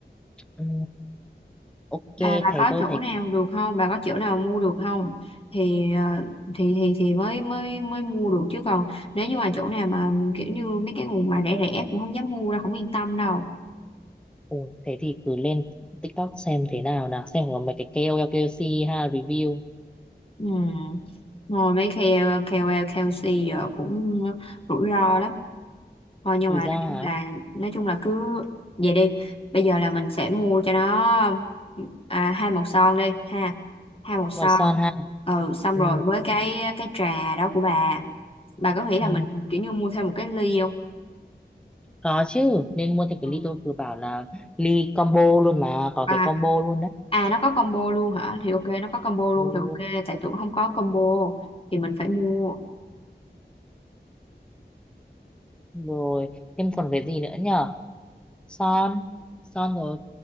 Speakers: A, in the centre; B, on the left.
A: ừ, ok
B: là bà
A: thấy
B: có
A: tôi
B: chỗ
A: thấy
B: nào được không bà có chỗ nào mua được không thì ờ, thì thì thì mới mới mới mua được chứ còn nếu như mà chỗ nào mà kiểu như mấy cái nguồn mà rẻ rẻ cũng không dám mua đâu không yên tâm đâu
A: Ồ, thế thì cứ lên TikTok xem thế nào nào xem có mấy cái KOL KOC ha review
B: Ừ. Ngồi mấy KOL, KOL, KOC giờ cũng rủi ro lắm. Thôi nhưng
A: rủi
B: mà
A: ra
B: nói chung
A: hả
B: là nói chung là cứ vậy đi. Bây giờ là mình sẽ mua cho nó à, hai màu son đi ha. Hai màu son.
A: màu son ha
B: Ừ xong
A: ừ,
B: rồi với cái cái trà đó của bà. Bà có nghĩ là
A: ừ,
B: mình kiểu như mua thêm một cái ly không?
A: có chứ nên mua thêm
B: Ừ.
A: cái ly tôi vừa bảo là ly combo luôn mà có
B: À,
A: cái combo luôn đấy
B: à nó có combo luôn hả? Thì ok nó có combo luôn
A: Ồ,
B: thì ok tại tưởng không có combo thì mình phải mua.
A: rồi thêm còn cái gì nữa nhở son son rồi